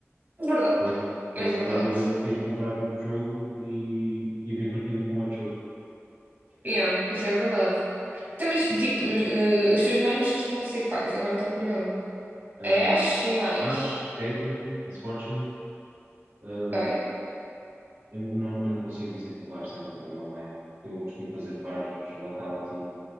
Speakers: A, on the right (about 45°); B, on the right (about 85°).
A: É verdade,
B: Com esse, com
A: é
B: esse
A: verdade.
B: dinheiro eu bem prefiro comprar outro jogo e, e divertir-me com outro jogo.
A: Yeah, isso é verdade. Então, mas, tipo, os, eh, os teus manos costumam ser quais? Agora estou curiosa.
B: Um,
A: A Ash e mais.
B: Ash, Caitlyn, Miss Fortune, um,
A: Ok,
B: eu não, eu não consigo dizer que o VARs é, o meu é o meu main, porque eu costumo fazer VARs Latalati,